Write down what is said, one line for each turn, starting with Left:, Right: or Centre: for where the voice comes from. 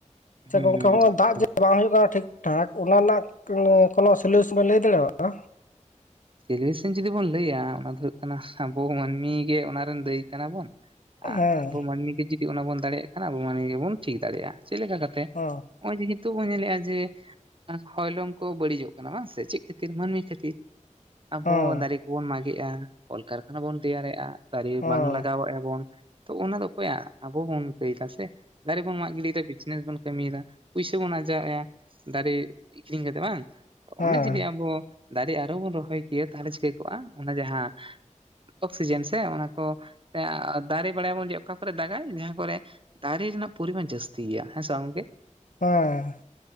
Left: ᱥᱮ
Right: ᱦᱩᱸ
Left: ᱜᱚᱝᱠᱮ ᱦᱚᱸ-ᱚᱭ ᱫᱟᱜ ᱡᱮ ᱵᱟᱝ ᱦᱩᱭᱩᱜ ᱠᱟᱱᱟ ᱴᱷᱤᱠ ᱴᱷᱟᱠ ᱚᱱᱟ ᱨᱮᱱᱟᱜ ᱠᱳᱱᱳ ᱥᱳᱞᱤᱭᱩᱭᱚᱥᱚᱱ ᱵᱮᱱ ᱞᱟᱹᱭ ᱫᱟᱲᱮᱣᱟᱜ-ᱟ?
Right: ᱥᱚᱞᱤᱭᱩᱭᱚᱥᱮᱱ ᱡᱩᱫᱤ ᱵᱚᱱ ᱞᱟᱹᱭᱟ ᱚᱱᱟ ᱫᱚ ᱦᱩᱭᱩᱜ ᱠᱟᱱᱟ ᱟᱵᱚ ᱢᱟᱹᱱᱢᱤ ᱜᱮ ᱚᱱᱟ ᱨᱮᱱ ᱫᱟᱹᱭᱤ ᱠᱟᱱᱟ ᱵᱚᱱ᱾ ᱟᱨ
Left: ᱦᱮᱸ
Right: ᱟᱵᱚ ᱢᱟᱹᱱᱢᱤ ᱜᱮ ᱡᱩᱫᱤ ᱚᱱᱟ ᱵᱚᱱ ᱫᱟᱲᱮᱭᱟᱜ ᱠᱷᱟᱱ ᱟᱵᱚ ᱢᱟᱹᱱᱢᱤ ᱜᱮᱵᱚᱱ ᱴᱷᱤᱠ ᱫᱟᱲᱮᱭᱟᱜ-ᱟ᱾ ᱪᱮᱫᱞᱮᱠᱟ ᱠᱟᱛᱮ?
Left: ᱚ᱾
Right: ᱦᱚᱸᱜ-ᱚᱚᱭ ᱡᱮ ᱦᱤᱸᱛᱳᱜ ᱵᱚᱱ ᱧᱮᱞᱮᱜ-ᱟ ᱡᱮ ᱦᱚᱭᱞᱚᱝ ᱠᱚ ᱵᱟᱹᱲᱤᱡᱚᱜ ᱠᱟᱱᱟ ᱵᱟᱝ ᱥᱮ ᱪᱮᱫ ᱠᱷᱟᱹᱛᱤᱨ, ᱢᱟᱹᱱᱢᱤ ᱠᱷᱟᱹᱛᱤᱨ? ᱟᱵᱚ
Left: ᱦᱮᱸ
Right: ᱫᱟᱨᱮ ᱠᱚᱵᱚᱱ ᱢᱟᱜᱮᱜ-ᱟ, ᱠᱚᱞᱠᱟᱨᱠᱷᱟᱱᱟ ᱵᱚᱱ ᱛᱮᱭᱟᱨᱮᱜ-ᱟ, ᱫᱟᱨᱮ
Left: ᱦᱮᱸ
Right: ᱵᱟᱝ ᱞᱟᱜᱟᱣᱮᱜ-ᱟ ᱵᱚᱱ᱾ ᱛᱚ ᱚᱱᱟ ᱫᱚ ᱚᱠᱚᱭᱟᱜ ᱟᱵᱚ ᱵᱚᱱ ᱠᱟᱹᱭᱫᱟ ᱥᱮ ᱫᱟᱨᱮ ᱵᱚᱱ ᱢᱟᱜ ᱜᱤᱰᱤᱭᱮᱫᱟ ᱵᱤ ᱵᱮᱥ ᱵᱚᱱ ᱠᱟᱹᱢᱤᱭᱮᱫᱟ, ᱯᱩᱭᱥᱟᱹ ᱵᱚᱱ ᱟᱨᱡᱟᱣᱮᱜ-ᱟ ᱫᱟᱨᱮ ᱟᱠᱷᱨᱤᱧ ᱠᱟᱛᱮᱜ ᱵᱟᱝ?
Left: ᱦᱮᱸ
Right: ᱚᱸᱰᱮ ᱡᱩᱫᱤ
Left: ᱦᱮᱸ
Right: ᱟᱵᱚ ᱫᱟᱨᱮ ᱟᱨᱦᱚᱸ ᱵᱚᱱ ᱨᱚᱦᱚᱭ ᱠᱮᱭᱟ ᱛᱟᱦᱞᱮ ᱪᱤᱠᱟ ᱠᱚᱜ-ᱟ ᱚᱱᱟ ᱡᱟᱦᱟᱸ ᱚᱠᱥᱤᱡᱮᱱ ᱥᱮ ᱚᱱᱟ ᱠᱚ ᱫᱟᱨᱮ, ᱵᱟᱲᱟᱭᱟᱵᱚᱱ ᱡᱮ ᱚᱠᱟ ᱠᱚᱨᱮ ᱫᱟᱜᱟᱭ ᱡᱟᱦᱟᱸ ᱠᱚᱨᱮ ᱫᱟᱨᱮ ᱨᱮᱱᱟᱜ ᱯᱚᱨᱤᱢᱟᱱ ᱡᱟᱹᱥᱛᱤ ᱜᱮᱭᱟ ᱦᱮᱸ ᱥᱮ ᱵᱟᱝ ᱜᱚᱝᱠᱮ᱾
Left: ᱦᱮᱸ᱾